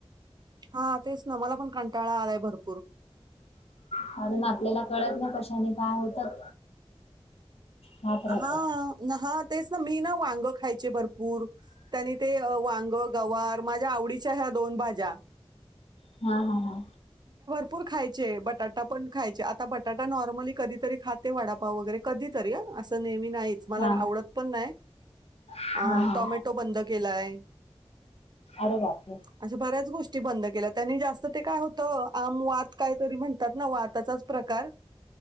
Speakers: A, on the right; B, on the left.
A: हा तेच ना मला पण कंटाळा आलाय भरपूर -
B: कारण आप आपल्याला कळत ना कशाने काय होतं? राहत राहत
A: हा हा तेच ना मी ना वांग खायची - भरपूर त्या ते वांग, गवार माझ्या आवडीच्या ह्या दोन भाज्या -
B: हां हां हां!
A: भरपूर खायचे बटाटा पण खायचे आता बटाटा नॉर्मली कधीतरी खाते वडापाव वगैरे कधीतरी आ अस नेहमी नाहीच मला
B: हा
A: आवडत पण नाही
B: हा
A: आ
B: हा
A: टोमॅटो बंद केलाय.
B: अरे बापरे
A: अशा बऱ्याच गोष्टी! बंद केल्या त्यानी जास्त ते काय होत आम वात काय तरी म्हणतात वात - त्याचाच प्रकार